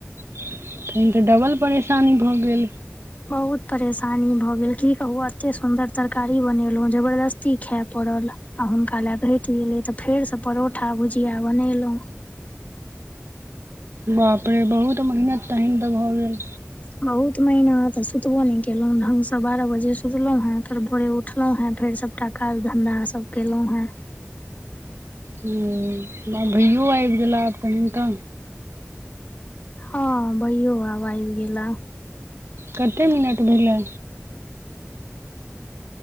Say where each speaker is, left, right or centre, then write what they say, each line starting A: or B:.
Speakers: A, on the right; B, on the left.
A: तहन तऽ डबल परेशानी भऽ गेल
B: बहुत परेशानी भऽ गेल की कहु एते सुंन्दर तरकारी बनेलहु जबरदस्ती खायए पड़ल आ हुनका लए घटि गेलै तऽ फेरसँ परोठा भुजिया बनेलहुँ
A: बाप रे बहुत मेहनत तहन तऽ भऽ गेल
B: बहुत महीना तऽ सुतबो नहि केलहुँं ढंगसँ बारह बजे सुतलहुँ हेँ फेर भोरे उठलहुँ हेँ फेर सब काज धंधा सब केलहुं हें
A: हँ भैयो आबि गेला आब तनि तऽ हुनका
B: हँ बैयो आब आबि गेला
A: कतेक मिनट भेलै